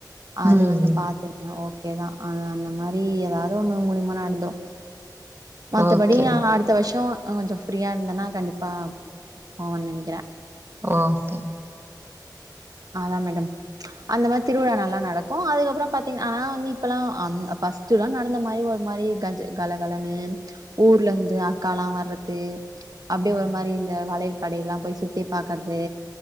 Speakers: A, on the right; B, on the right.
A: அது
B: ம்
A: வந்து பாத்துருக்கே ஓக் கே தா அது அந்த மாதிரி எதாவ்து ஒன்னு மூலியமா நடந்துரூ மத்தபடி
B: ஓகே
A: நா அடுத் த்த வருஷோ கொஞ்சோ ஃப்ரீயா இருந்தேனா கண்டிப்பா போவே நெனைக்கிறே
B: ஓகே
A: அதா மேடம் அந்த மாரி திருவிழா நல்லா நடக்கூ அதுக்கப்றோ பாத்தீங் ஆனா வந்து இப்பல்லா அந் அப்பஸ் சுலா நடந்த மாரி ஒரு மாரி கஜ் கல கலனு ஊர்லந்து அக்காலா வர்றது அப்டியே
B: ம்
A: ஒரு மாரி இந்த வளையல் கடையெல்லா போய் சுத்தி பாக்குறது